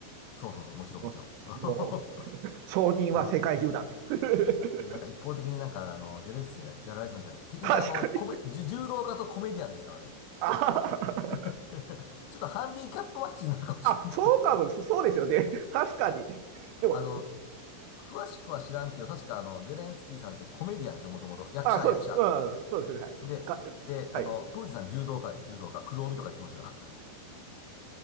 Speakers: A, on the left; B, on the right.
A: そうそうそう、もちろんもちろん。
B: うんもう承認は世界中だって。
A: <laughs> でも、
B: <laughs>
A: でもなんか一方的になんかあの、ゼレンスキーさんがやられそうな気がする。結局あの、
B: 確かに。
A: コメ、じ柔道家とコメディアンですからね。
B: あ
A: <laughs> ちょっとハンディキャップマッチになるかもしれんけど。
B: あ、そうかも、そうですよね。確かに。
A: <laughs>
B: でも、
A: あの、詳しくは知らんけど、確かあの、ゼレンスキーさんってコメディアンでしょ、もともと。役者、
B: あ、そうです。
A: 役者。
B: うん、そうですね。はい。
A: で、
B: かはい。
A: で、あの、プーチンさん柔道家でしょ、柔道家。黒帯とか言ってましたから。<laughs>